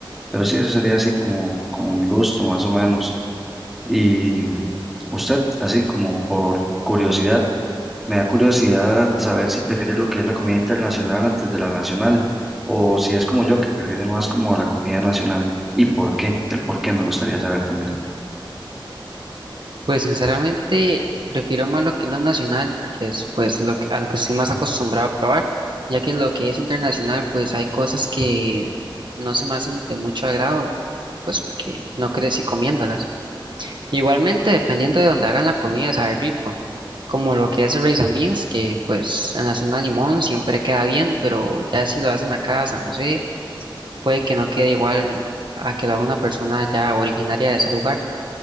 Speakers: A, in the centre; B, on the right.
A: pero sí, eso sería así como, como mi gusto, más o menos. Y mm, usted, así como por curiosidad, me da curiosidad saber si prefieres lo que es la comida internacional antes de la nacional, o si es como yo, que prefiere más como la comida nacional. ¿Y por qué? El por qué me gustaría saber también.
B: Pues sinceramente, prefiero más lo que es lo nacional, porque es pues lo que, a lo que estoy más acostumbrado a probar, ya que lo que es internacional, pues hay cosas que no se me hacen de mucho agrado, pues porque no crecí comiéndolas. Igualmente, dependiendo de donde hagan la comida, sabe rico. Como lo que es el rice and beans, que pues en la zona de Limón siempre queda bien, pero ya si lo hacen acá a San José, puede que no quede igual a que lo haga una persona ya originaria de ese lugar.